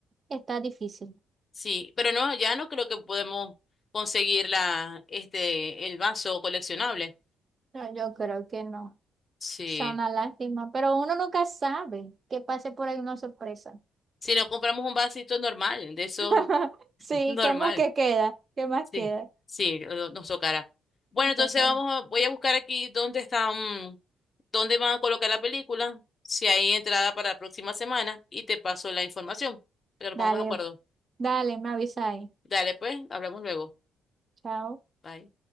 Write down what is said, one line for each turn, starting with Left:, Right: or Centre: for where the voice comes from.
Right: está difícil.
Left: Sí, pero no, ya no creo que podemos conseguir la, este, el vaso coleccionable.
Right: No, yo creo que no.
Left: Sí.
Right: Es una lástima, pero uno nunca sabe que pase por ahí una sorpresa.
Left: Si nos compramos un vasito normal, de eso
Right: <laughs> Sí,
Left: <laughs> normal.
Right: ¿qué más que queda? ¿Qué más
Left: Sí,
Right: queda?
Left: sí, no- nos tocará. Bueno,
Right: Puta,
Left: entonces
Right: cara.
Left: vamos a, voy a buscar aquí dónde están dónde van a colocar la película, si hay entrada para la próxima semana y te paso la información, para que nos
Right: Dale,
Left: pongamos de acuerdo.
Right: dale, me avisa ahí.
Left: Dale, pues, hablamos luego.
Right: Chao.
Left: Bye.